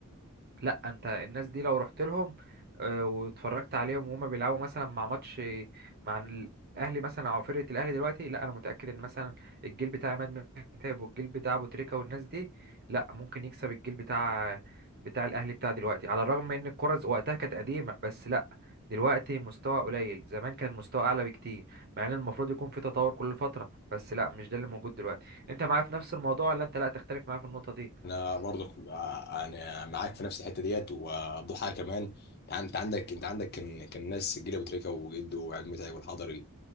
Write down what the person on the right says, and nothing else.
لا انت الناس دي لو رحت لهم آه، واتفرجت عليهم وهما بيلعبوا مثلا مع ماتش آه، مع الاهلي مثلا او فرقه الاهلي دلوقتي لا انا متاكد ان مثلا الجيل بتاع عماد متعب والجيل بتاع ابو تريكه والناس دي لا ممكن يكسب الجيل بتاع بتاع الاهلي بتاع دلوقتي على الرغم ان الكره ز- وقتها كانت قديمه بس لا دلوقتي مستوى قليل زمان كان مستوى اعلى بكتير مع ان المفروض يكون في تطور كل فتره بس لا مش ده اللي موجود دلوقتي انت معايا في نفس الموضوع ولا انت لا تختلف معايا في النقطه دي